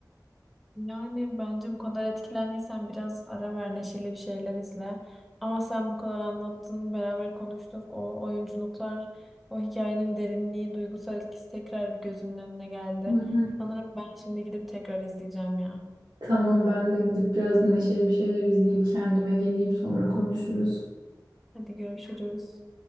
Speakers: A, in the centre; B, on the right (about 80°).
A: Yani bence bu kadar etkilendiysen biraz ara ver, neşeli bir şeyler izle. Ama sen bu kadar anlattın, beraber konuştuk. O oyunculuklar, o hikayenin derinliği, duygusal etkisi tekrar bir gözümün önüne geldi.
B: <laughs>
A: Sanırım ben şimdi gidip tekrar izleyeceğim ya.
B: Tamam ben de gidip biraz neşeli bir şeyler izleyip kendime geleyim sonra konuşuruz.
A: Hadi görüşürüz.